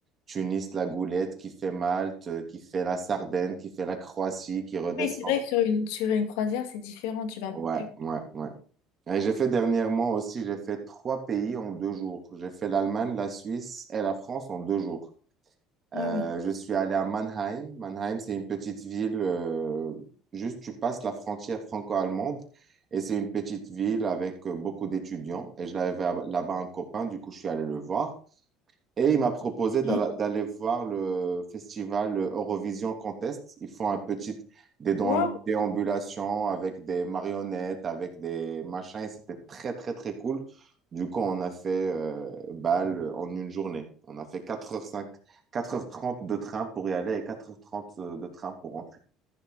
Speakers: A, on the right (about 35°); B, on the left (about 85°).
A: Tunis, la Goulette, qui fait Malte, euh, qui fait la Sardaigne, qui fait la Croatie, qui redescend.
B: Oui, c'est vrai que sur une, sur une croisière, c'est différent, tu vas un
A: Ouais,
B: peu plus.
A: ouais, ouais. Et j'ai fait dernièrement aussi, j'ai fait trois pays en deux jours. J'ai fait l'Allemagne, la Suisse et la France en deux jours. Euh,
B: Ah oui.
A: je suis allé à Mannheim. Mannheim, c'est une petite ville, euh, juste tu passes la frontière franco-allemande et c'est une petite ville avec euh, beaucoup d'étudiants. Et je l'avais là-bas un copain, du coup je suis allé le voir. Et il m'a proposé d'alla-
B: Mhm.
A: d'aller voir le festival Eurovision Contest. Ils font un petit dédon-
B: Ouais,
A: déambulations avec des marionnettes, avec des machins, et c'était très, très, très cool. Du coup, on a fait euh, Bâle en une journée. On a fait quatre heures cinq, quatre heures trente de train pour y aller et quatre heures trente euh, de train pour rentrer.